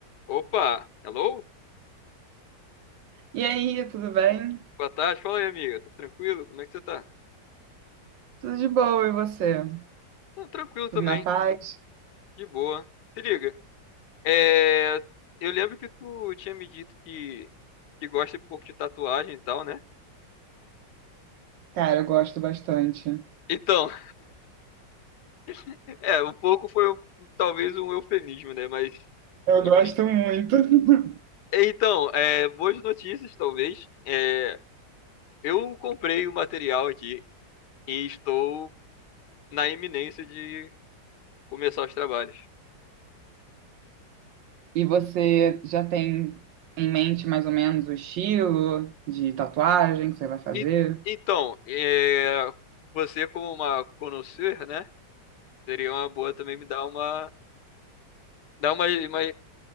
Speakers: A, on the left (about 70°); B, on the right (about 85°).
A: Opa, hello?
B: E aí, tudo bem?
A: Boa tarde, fala aí, amiga. Tudo tranquilo? Como é que você tá?
B: Tudo de boa, e você?
A: Não, tranquilo também,
B: Tudo na paz?
A: de boa. Se liga. É, eu lembro que tu tinha me dito que, que gosta um pouco de tatuagem e tal, né?
B: Cara, eu gosto bastante.
A: Então, <laughs> é, um pouco foi um- talvez um eufemismo, né? Mas,
B: Eu gosto
A: enfim.
B: muito. <laughs>
A: Então, é, boas notícias, talvez. É, eu comprei o material aqui e estou na iminência de começar os trabalhos.
B: E você já tem em mente mais ou menos o estilo de tatuagem que você vai fazer?
A: E- Então, é, você como uma conhecer, né? Seria uma boa também me dar uma, dar uma, uma,